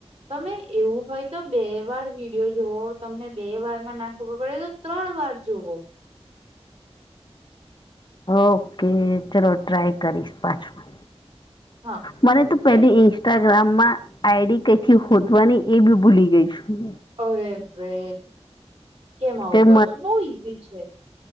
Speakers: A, on the right (about 60°); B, on the left (about 45°).
A: તમે એવું હોય તો બે વાર વિડીયો જુવો તમને બે વાર માં ના ખબર પડે તો ત્રણ વાર જુવો.
B: ઓકે ચલો ટ્રાય કરીશ પાછું.
A: હા
B: મને તો
A: કેમ
B: પહેલી એ ઇન્સ્ટાગ્રામ માં આઈ ડી કઈથી હોદવાની એ બી ભૂલી ગઈ છું.
A: અરે રે કેમ આવું
B: કે
A: કરો છો, બઉ ઈઝી છે.